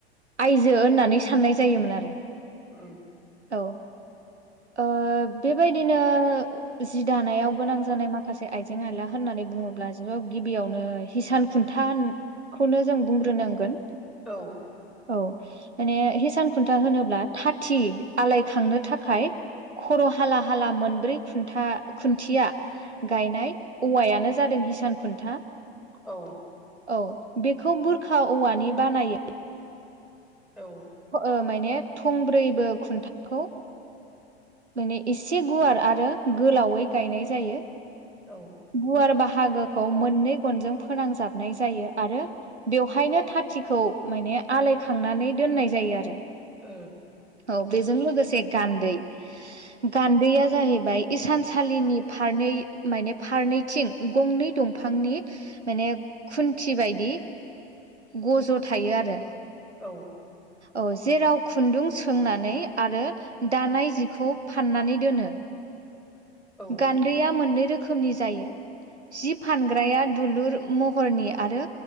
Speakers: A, on the right; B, in the centre.
A: आयजो होननानै साननाय जायोमोन आरो
B: उम
A: औ ओ बेबायदिनो जि दानायाव गोनां जानाय माखासे आइ आइजें आइला होननानै बुङोब्ला ज' गिबियावनो हिसान खुन्था होन खौनो जों बुंग्रोनांगोन
B: औ
A: औ माने हिसान खुन्था होनोब्ला थाथि आलायखांनो थाखाय खर' हाला हाला मोनब्रै खुन्था खुन्थिया गायनाय औवायानो जादों हिसान खुन्था
B: औ
A: औ बेखौ बुरखा औवानि बानायो
B: औ
A: ओ माने थंब्रैबो खुन्थाखौ माने एसे गुवार आरो गोलावै गायनाय जायो
B: औ
A: गुवार बाहागोखौ मोननै गनजों फोनांजाबनाय जायो आरो बेवहायनो थाथिखौ माने आलायखांनानै दोननाय जायो आरो
B: ओ
A: औ बेजों लोगोसे गान्दै गान्दैया जाहैबाय इसानसालिनि फारनै माने फारनैथिं गंनै दंफांनि माने खुन्थि बायदि गज' थायो आरो
B: औ
A: औ जेराव खुन्दुं सोंनानै आरो दानाय जिखौ फाननानै दोनो
B: औ
A: गान्दैया मोननै रोखोमनि जायो जि फान ग्राया दुलुर महरनि आरो